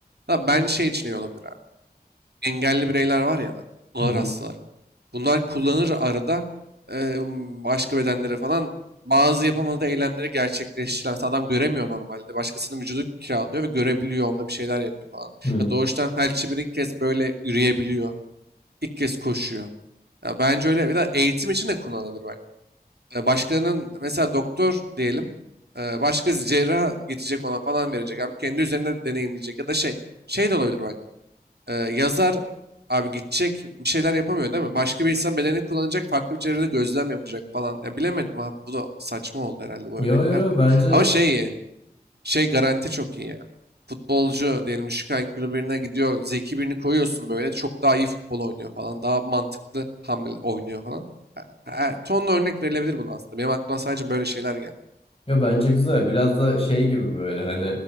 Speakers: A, on the right (about 75°); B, on the left (about 35°).
A: Ha, ben şey için iyi olabilir abi. Engelli bireyler var ya da ağır
B: Hı
A: hastalar. Bunlar kullanır arada eee, başka bedenlere falan bazı yapamadığı eylemleri gerçekleştiren. Mesela adam göremiyor normalde. Başkasının vücudu kiralıyor ve görebiliyor. Onda bir şeyler yapıyor falan.
B: hı.
A: Ya doğuştan felçli bir ilk kez böyle yürüyebiliyor. İlk kez koşuyor. Ya bence öyle. Bir de eğitim için de kullanılabilir bak. E, Başkalarının mesela doktor diyelim. e, Başkası cerrah gidecek ona falan verecek. Abi kendi üzerinde deneyimleyecek. Ya da şey. Şey de olabilir bak. Ee, yazar abi gidecek bir şeyler yapamıyor değil mi? Başka bir insan bedenini kullanacak, farklı bir çevrede gözlem yapacak falan. Ya bilemedim abi bu da saçma oldu herhalde bu
B: Yo
A: örnekler
B: yo yo,
A: de.
B: bence
A: Ama şey iyi, şey garanti çok iyi ya. Futbolcu diyelim düşük IQ'lu birine gidiyor, zeki birini koyuyorsun böyle çok daha iyi futbol oynuyor falan, daha mantıklı hamle oynuyor falan. Ha- ha, Tonla örnek verilebilir bunun aslında. Benim aklıma sadece böyle şeyler geldi.
B: Yo bence güzel. Biraz da şey gibi böyle hani